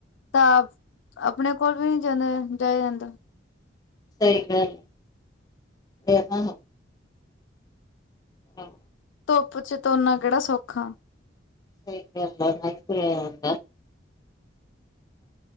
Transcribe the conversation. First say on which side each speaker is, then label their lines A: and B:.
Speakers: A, on the left; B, on the left.
A: ਤਾਪ, ਆਪਣੇ ਕੋਲ ਵੀ ਨਹੀ ਜਾਂਦਾ ਜਾਇਆ ਜਾਂਦਾ।
B: ਸਈ ਗੱਲ ਤੇ ਨਾ ਹਾਂ
A: ਧੁੱਪ 'ਚ ਤੁਰਨਾ ਕਿਹੜਾ ਸੌਖਾ
B: ਠੀਕ ਕਹਿੰਦੇ ਮਾਈਕਰੇਨ